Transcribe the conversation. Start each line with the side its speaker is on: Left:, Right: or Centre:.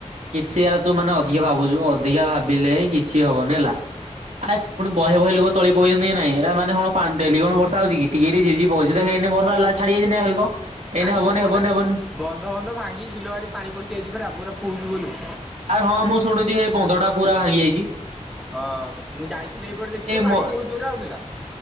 Right: କିଛି ଆଉ ତୁ ମାନେ ଅଧିକା ଭାବୁଚୁ ଅଧିକା ଭାବିଲେ କିଛି ହବନି ହେଲା। ଆରେ ପୁଣି ବହେ ବହେ ଲୋକ ତଳି ପକେଇଛନ୍ତି କି ନାଇଁ ହେରା ମାନେ କଣ ପା ଡେଲି କଣ ବର୍ଷା ହଉଛି କି? ଟିକେକିରି ଝିର୍ ଝିର୍ ପକଉଛି ସେତ ହେଇନେ ବର୍ଷା ହେଲା ଛଡାଯାଇଛି ନା ଖାଲି କହ? ଏଇନେ
Centre: ଆରେ
Right: ହବନି
Centre: ସେପଟେ
Right: ହବନି ହବନି
Centre: ବନ୍ଧ ବନ୍ଧ ଭାଙ୍ଗିକି ବିଲବାରି ପାଣି ପଶି ଯାଇଛି ପରା ପୁରା ଫୁଲ ଫୁଲ।
Right: ଆରେ ହଁ ମୁଁ ଶୁଣୁଚି ହେଇ ବନ୍ଧଟା ପୁରା ଭାଙ୍ଗି ଯାଇଚି।
Centre: ହଁ ମୁଁ ଯାଇଥିଲି ଏଇପଟେ ଦେଖିଛି ଯେ ପାଣି
Right: ମ
Centre: ବହୁତ ଜୋରରେ ଆଉଥିଲା।